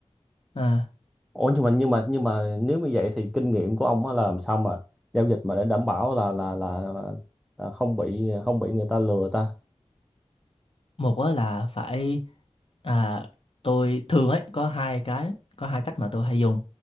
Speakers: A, on the left; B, in the centre.
A: à
B: ủa nhưng mà nhưng mà nhưng mà nếu như vậy thì kinh nghiệm của ông á là làm sao mà giao dịch mà để đảm bảo là là là, là không bị không bị người ta lừa ta
A: một á là phải à, tôi thường ấy có hai cái có hai cách mà tôi hay dùng